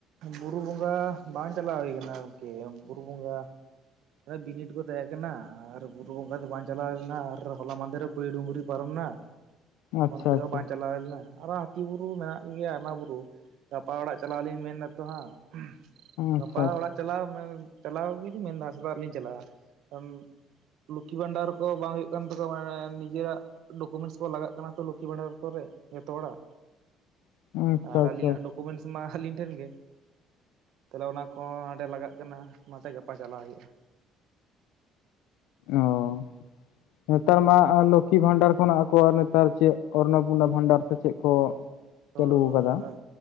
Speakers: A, on the right; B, on the left.
A: ᱵᱩᱨᱩ ᱵᱚᱸᱜᱟ ᱵᱟᱝ, ᱪᱟᱞᱟᱣ ᱦᱩᱭ ᱠᱟᱱᱟ ᱜᱚᱝᱠᱮ, ᱵᱩᱨᱩ ᱵᱚᱸᱜᱟ ᱵᱤᱱᱤᱰ ᱠᱚ ᱛᱟᱦᱮᱸ ᱠᱟᱱᱟ ᱟᱨ ᱵᱩᱨᱩ ᱵᱚᱝᱜᱟ ᱫᱚ ᱵᱟᱝ ᱪᱟᱞᱟᱣ ᱞᱮᱱᱟ ᱟᱨ ᱦᱚᱞᱟ ᱢᱟᱦᱫᱮ ᱨᱮ ᱠᱩᱲᱤ ᱰᱩᱝᱨᱤ ᱯᱟᱨᱚᱢᱱᱟ
B: ᱟᱪᱪᱷᱟ
A: ᱚᱱᱛᱮᱦᱚᱸ
B: ᱟᱪᱪᱷᱟ
A: ᱵᱟᱝ ᱪᱟᱞᱟᱣ ᱦᱩᱭᱞᱮᱱᱟ ᱟᱨᱚ ᱦᱟᱹᱛᱤ ᱵᱩᱨᱩ ᱢᱮᱱᱟᱜ ᱜᱮᱭᱟ ᱚᱱᱟ ᱵᱩᱨᱩ, ᱜᱟᱯᱟ ᱚᱲᱟᱜ ᱪᱟᱞᱟᱣ ᱞᱤᱧ ᱢᱮᱱ ᱫᱟ ᱛᱚ ᱦᱟᱸᱜ ᱜᱟᱯᱟ
B: ᱟᱪᱪᱷᱟ
A: ᱚᱲᱟᱜ ᱪᱟᱞᱟᱣ ᱢᱮᱱ ᱪᱟᱞᱟᱣ ᱜᱮᱞᱤᱧ ᱢᱮᱱᱫᱟ ᱥᱮᱛᱟᱜ ᱨᱮ ᱞᱤᱧ ᱪᱟᱞᱟᱜᱼᱟ ᱠᱟᱨᱚᱱ ᱞᱚᱠᱷᱤ ᱵᱷᱟᱱᱰᱟᱨ ᱠᱚ ᱵᱟᱝ ᱦᱩᱭᱩᱜ ᱠᱟᱱ ᱛᱟᱠᱚᱣᱟ ᱢᱟᱱᱮ ᱱᱤᱡᱮᱨᱟᱜ ᱰᱚᱠᱩᱢᱮᱱᱴᱥ ᱠᱚ ᱞᱟᱜᱟᱜ ᱠᱟᱱᱟ ᱛᱚ ᱞᱩᱠᱷᱤ ᱵᱷᱟᱱᱰᱟᱨ ᱠᱚᱨᱮ ᱡᱚᱛᱚ ᱦᱚᱲᱟᱜ
B: ᱟᱪᱪᱷᱟ
A: ᱟᱨ
B: ᱟᱪᱪᱷᱟ
A: ᱟᱹᱞᱤᱧᱟᱜ
B: ᱟᱪᱪᱷᱟ
A: ᱰᱚᱠᱩᱢᱮᱱᱴᱥ ᱢᱟ ᱟᱹᱞᱤᱧ ᱴᱷᱮᱱ ᱜᱮ ᱛᱟᱦᱚᱞᱮ ᱚᱱᱟ ᱠᱚᱦᱚᱸ ᱦᱟᱸᱰᱮ ᱞᱟᱜᱟᱜ ᱠᱟᱱᱟ ᱚᱱᱟᱛᱮ ᱜᱟᱯᱟ ᱪᱟᱞᱟᱣ ᱦᱩᱭᱩᱜ-ᱟ
B: ᱚ ᱱᱮᱛᱟᱨ ᱢᱟ ᱮ ᱞᱚ ᱠᱷᱤ ᱵᱷᱟᱱᱰᱟᱨ ᱠᱷᱚᱱᱟᱜ ᱟᱠᱚᱣᱟᱜ ᱱᱮᱛᱟᱨ ᱪᱮᱫ ᱚᱨᱱᱚᱯᱩᱮᱱᱟ ᱵᱷᱟᱱᱰᱟᱨ ᱥᱮ ᱪᱮᱫ ᱠᱚ
A: ᱦᱳᱭ
B: ᱪᱟᱹᱞᱩ
A: ᱦᱳᱭ
B: ᱟᱠᱟᱫᱟ
A: ᱦᱚᱭ